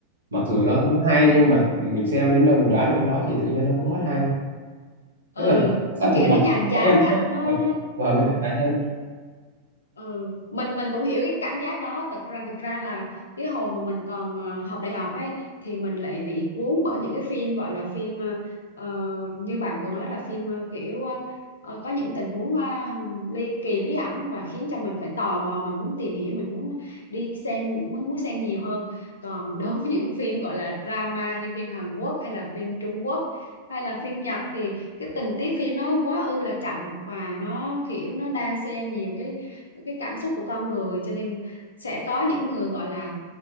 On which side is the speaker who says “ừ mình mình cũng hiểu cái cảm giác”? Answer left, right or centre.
Left